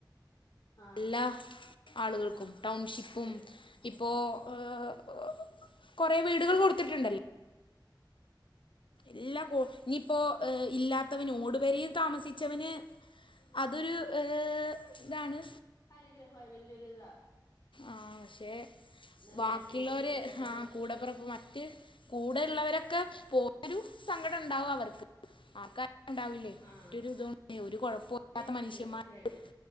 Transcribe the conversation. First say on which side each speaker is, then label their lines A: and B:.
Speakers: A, on the left; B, on the left.
A: ആഹ്
B: എല്ലാ ആളുകൾക്കും
A: ആഹ് ഒരു
B: ടൗൺഷിപ്പും.
A: ഒരു
B: ഇപ്പോ ഹ് കൊറേ വീട്കൾ കൊടുത്തിട്ട്ണ്ട് ല്ലാക്കൊ ഇഞ്ഞിപ്പോ ഹ് ഇല്ലാത്തവന് ഓടുപെരേ താമസിച്ചവന്. അതൊരു ഹ് താണ്.
A: അനുഗ്രഹവായി വല്ല്യോരു ഇതാ.
B: ആഹ് ഷെ
A: നല്ലൊരു
B: വാക്കിള്ളവര്
A: വീടും സെറ്റപ്പ്
B: ആഹ് കൂടപ്പറപ്പ് മറ്റ്. കൂടെ ള്ളവരൊക്കെ പോ രു സങ്കടം ണ്ടാവും അവർക്ക്. ആർക്കായാലും ണ്ടാവില്ലേ?
A: ആഹ്
B: തൊരു തോ ഒരു കൊഴപ്പോ
A: പിന്നെ
B: ത്താ മനുഷ്യന്മാ
A: തീർച്ചയായിട്ടും
B: ര്.